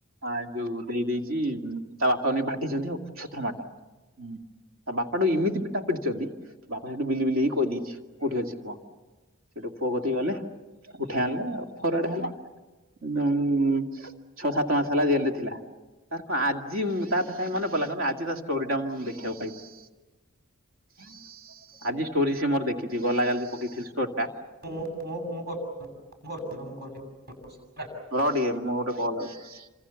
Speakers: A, on the right; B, on the right.
A: ଅ ଯୋଉ ଦେଇ ଦେଇ କି ତା ବାପାକୁ ବି ବଡେଇଛନ୍ତି ଆଉ କୁଛତ୍ର ମାଡ। ହୁଁ ତା ବାପାକୁ ଏମିତି ପିଟା ପିଟିଛନ୍ତି। ବାପା ସେଇଠୁ ବିଲି ବିଲି ହେଇ କହିଦେଇଛି କୋଉଠି ଅଛି ପୁଅ ସେଇଠୁ ପୁଅ କତିକି ଗଲେ। ଉଠେଇ ଆଣିଲେ ଫରୱଡ ହେଲା। ଉଁ ଛଅ ସାତ ମାସ ହେଲା ଜେଲ ରେ ଥିଲା। ହଁ ଆଜି ତା କଥା କାଇଁ ମନେ ପଡ଼ିଲା କନି ଆଜି ଜସ ଷ୍ଟୋରି ଟା ମୁଁ ଦେଖିବାକୁ ପାଇ ଆଜି ଷ୍ଟୋରି ସି ମୋର ଦେ କିଛି ଗଲା ଜାଲି ପକେଇଥିଲି ଷ୍ଟୋର ଟା
B: ମୁଁ ମୁଁ ମୁଁ ମୁଁ <unintelligible>
A: ରହ ଟିକେ ମୋର ଗୋଟେ କଲ ଆଉଚି।